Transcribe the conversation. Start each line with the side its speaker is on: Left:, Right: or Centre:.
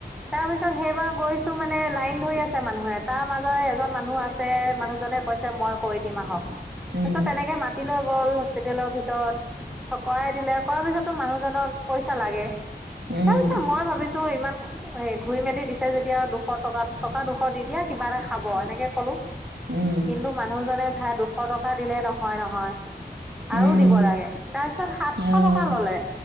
Centre: তাৰ পিছত সেইবাৰ গৈছো মানে লাইন ধৰি আছে মানুহে তাৰ মাজৰে এজন মানুহ আছে মানুহজন কৈছে মই কৈ দিম আহক।
Right: উম
Centre: তাৰ পিছত তেনেকে মাতি লৈ গ'ল হস্পিতেলৰ ভিতৰত, চকৰাই দিলে কৰাৰ পিছততো মানুহজনক পইচা লাগে
Right: উম
Centre: তাৰ পিছত মই ভাবিছো ছো ইমান এ- ঘূৰি মেলি দিছে যেতিয়া, দুশ টকা- টকা দুশ দি দিয়া, কিবা এটা খাব এনেকে ক'লো।
Right: উম
Centre: কিন্তু মানুহজনে ভাই দুশ টকা দিলে নহয় - নহয়।
Right: উম
Centre: আৰু দিব লাগে তাৰপিছত সাত শ
Right: অ'
Centre: টকা ল'লে,